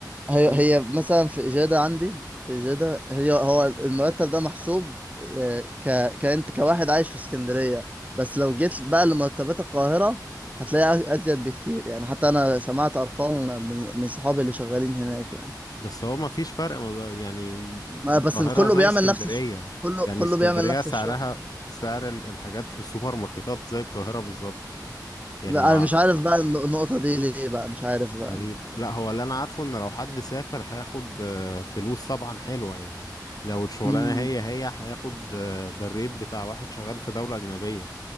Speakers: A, on the left; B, on the right.
A: في
B: هي هي مثلا في إجادة عندي في إجادة هي هو المرتب ده محسوب آه، ك كأنت كواحد عايش في اسكندرية بس لو جيت بقى لمرتبات القاهرة هتلاقيها أزيد بكتير يعني حتى أنا سمعت أرقام من من صحابي اللي شغالين هناك يعني
A: بس هو ما فيش فرق ما بقى يعني
B: ما
A: القاهرة
B: بس كله
A: زي
B: بيعمل
A: اسكندرية
B: نفس الش... كله
A: يعني
B: كله
A: اسكندرية
B: بيعمل نفس
A: سعرها
B: الشغل
A: سعر ال- الحاجات في السوبر ماركتات زي القاهرة بالظبط يعني
B: لا،
A: ما
B: أنا مش عارف بقى الن- النقطة دي ليه بقى مش عارف بقى
A: غريب لا هو اللي انا عارفه ان لو حد سافر هياخد آه، فلوس طبعا حلوة يعني لو الشغلانة
B: مم.
A: هي هي هياخد آه، بالريت بتاع واحد شغال في دولة أجنبية